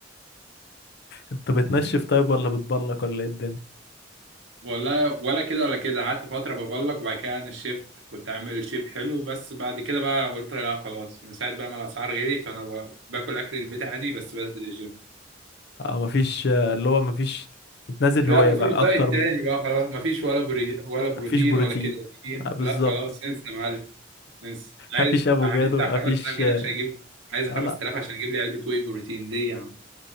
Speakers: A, on the left; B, on the right.
A: انت بتنشف
B: <laughs>
A: طيب ولا بتبلك ولا ايه الدنيا
B: والله ولا كده ولا كده قعدت فترة ببلك وبعد كده انا الشيفت كنت عامل شيب حلو بس بعد كده بقى قلت لا خلاص من ساعة بقى ما الأسعار غليت وأنا ب- باكل أكل البيت عادي بس بنزل الجيم
A: اه مفيش آه، اللي هو مفيش بتنزل
B: لا
A: هواية
B: مفيش
A: بقى
B: دايت
A: اكتر م-
B: تاني بقى خلاص مفيش ولا بري ولا بروتين
A: مفيش بروتين
B: ولا كرياتين
A: آه بالظبط
B: لا خلاص انسى يا معلم انسى عايز
A: مفيش افوكادو
B: عايز بتاع
A: مفيش
B: 5000 جنيه
A: آه
B: عشان أجيب عايز
A: آه،
B: 5000
A: لا
B: عشان أجيب لي علبة واي بروتين دي يا عم